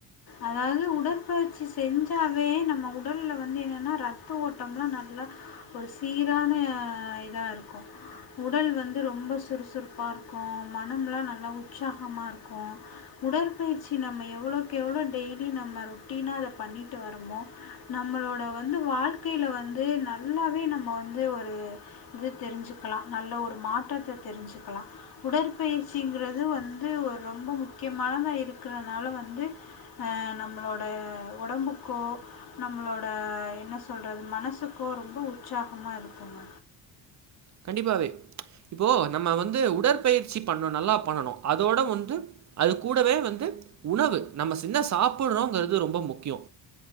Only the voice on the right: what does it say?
கண்டிப்பாவே இப்போ நம்ம வந்து உடற்பயிற்சி பண்ணனு நல்லா பண்ணணு அதோட வந்து அது கூடவே வந்து உணவு நம்ம சின்ன சாப்புடுறோங்குறது ரொம்ப முக்கியோ